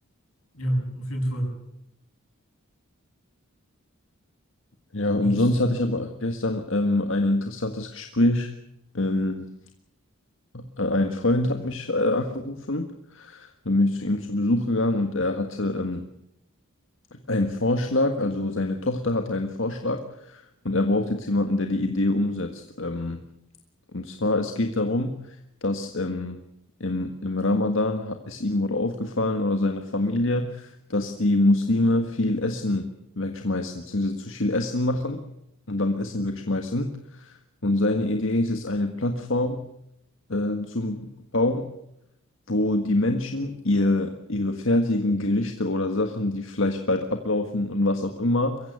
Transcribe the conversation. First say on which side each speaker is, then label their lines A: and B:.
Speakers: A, on the left; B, on the left.
A: Ja, auf jeden Fall.
B: Ja,
A: Mies.
B: und sonst hatte ich aber gestern ähm, ein interessantes Gespräch. Ähm, äh, ein Freund hat mich äh, angerufen, dann bin ich zu ihm zu Besuch gegangen und er hatte ähm, einen Vorschlag, also seine Tochter hatte einen Vorschlag und er braucht jetzt jemanden, der die Idee umsetzt. Ähm, Und zwar, es geht darum, dass ähm, im, im Ramadan ha- ist ihm wohl aufgefallen oder seine Familie, dass die Muslime viel Essen wegschmeißen, beziehungsweise zu viel Essen machen und dann Essen wegschmeißen. Und seine Idee ist es, eine Plattform äh, zu bauen, wo die Menschen ihr, ihre fertigen Gerichte oder Sachen, die vielleicht bald ablaufen und was auch immer,